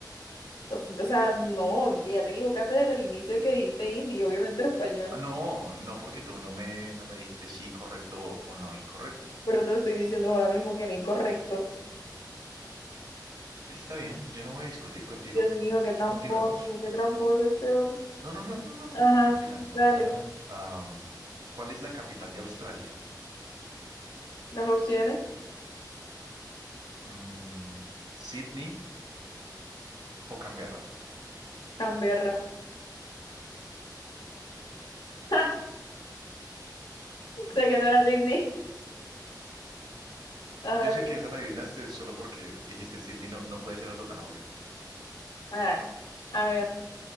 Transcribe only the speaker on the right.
Ah, no, no, porque tú no me, no me dijiste sí, correcto o o no incorrecto.
Pues está bien, yo no voy a discutir contigo.
Continuemos.
No, no, no, no, no.
Tranquila, no
pasa nada. Am, ¿cuál es la capital de Australia?
Mm, ¿Sydney o Canberra?
Yo
sé que esa la adivinaste solo porque dijiste Sydney no, no puede ser algo tan obvio.